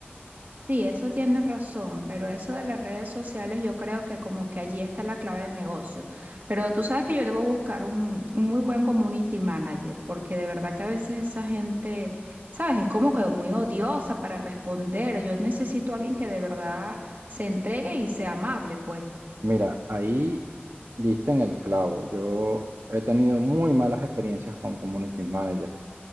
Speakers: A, on the right; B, on the right.
A: Sí, eso tienes razón, pero eso de las redes sociales yo creo que como que allí está la clave del negocio. Pero tú sabes que yo debo buscar un, un muy buen community manager, porque de verdad que a veces esa gente, sabes, es como que muy odiosa para responder. Yo necesito a alguien que de verdad se entregue y sea amable, pues.
B: Mira, ahí diste en el clavo. Yo he tenido muy malas experiencias con community manager.